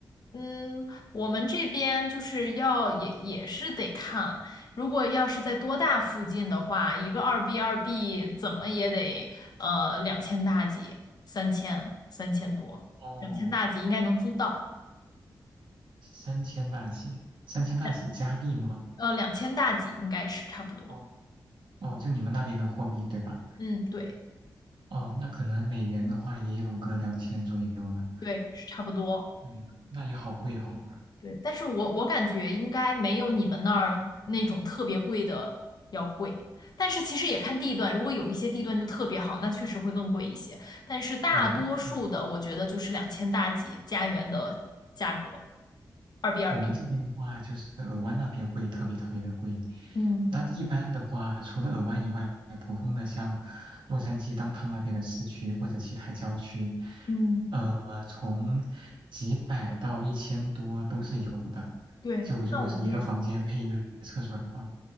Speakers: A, on the left; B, on the right.
A: 嗯，我们这边就是要也也是得看，如果要是在多大附近的话，一个二 B 二 B 怎么也得呃两千大几，三千三千多，
B: 哦，
A: 两千大几应该能租到，
B: 三千大几，三千大几加币吗？
A: 两呃两千大几应该是差不多，
B: 哦，哦，就你们那边的货币对吧？
A: 嗯，对
B: 哦，那可能美元的话也有个两千左右了。
A: 对，是差不多。
B: 对，那也好贵哦。
A: 对，但是我我感觉应该没有你们那儿那种特别贵的要贵，但是其实也看地段，如果有一些地段就特别好，那确实会更贵一些，但是大多数的我觉得就是两千大几加元的价格，
B: 我们，嗯。
A: 二 B 二
B: 我们这边的话，
A: B。
B: 就是尔湾那边会特别特别的贵。
A: 嗯
B: 那一般的话，除了尔湾以外，普通的像洛杉矶当 o 那边的市区或者其他郊区，
A: 嗯，
B: 呃，从几百到一千多都是有的。
A: 对，
B: 就如果是一个房间配一个厕所的话，
A: 那我们也是。